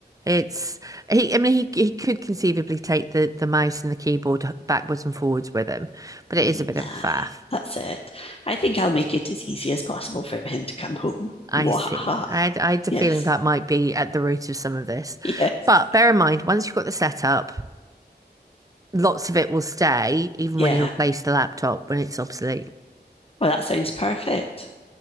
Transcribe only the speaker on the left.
nah,
that's it. I think I'll make it as easy as possible for him to come home.
Wahaha.
Yes,
yes,
yeah.
Well, that sounds perfect.